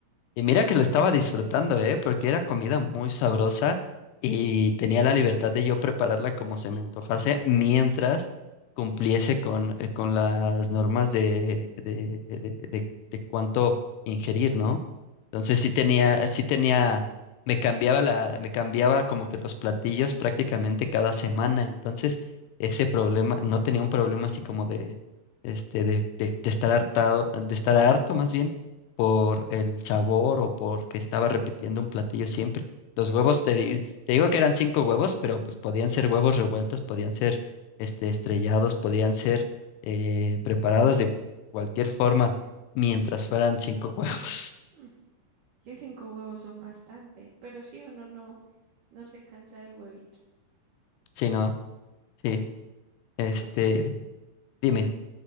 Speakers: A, on the left (about 80°); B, on the right (about 80°).
A: Y mira que lo estaba disfrutando, ¿eh? Porque era comida muy sabrosa y tenía la libertad de yo prepararla como se me antojase mientras cumpliese con, eh, con las normas de, de, de, de- de cuánto ingerir, ¿no? Entonces
B: Ujú.
A: sí tenía, sí tenía, me cambiaba la, me cambiaba como que los platillos prácticamente cada semana. Entonces, ese problema, no tenía un problema así como de, este, de, de de estar hartado, de estar harto más bien por el sabor o porque estaba repitiendo un platillo siempre. Los huevos, te, di- te digo que eran cinco huevos, pero pues podían ser huevos revueltos, podían ser este, estrellados, podían ser eh, preparados de cualquier forma, mientras fueran cinco <laughs> huevos.
B: Mm, Que cinco huevos son bastante, pero si uno no, no se cansa del huevito.
A: Sí, no, sí, este,
B: Yo,
A: dime.